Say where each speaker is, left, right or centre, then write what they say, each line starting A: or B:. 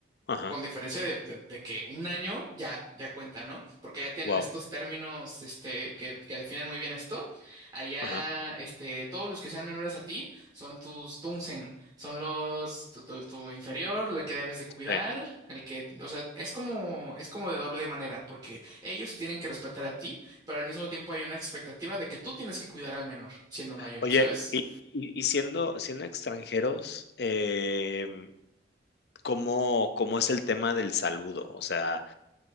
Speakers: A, on the left; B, on the right.
A: Ajá.
B: con diferencia de, de- de que un año ya, ya cuenta, ¿no? Porque ya tienen
A: Guau.
B: estos términos, este, que, que definen muy bien esto. Allá,
A: Ajá.
B: este, todos los que sean menores a ti son tus dunsen, son los, tu, tu- tu inferior, la que debes de cuidar,
A: Sí.
B: el que, o sea, es como, es como de doble manera, porque ellos se tienen que respetar a ti, pero al mismo tiempo hay una expectativa de que tú tienes que cuidar al menor, siendo mayor,
A: Oye,
B: ¿sabes?
A: y y siendo siendo extranjeros, em cómo, cómo es el tema del saludo. O sea,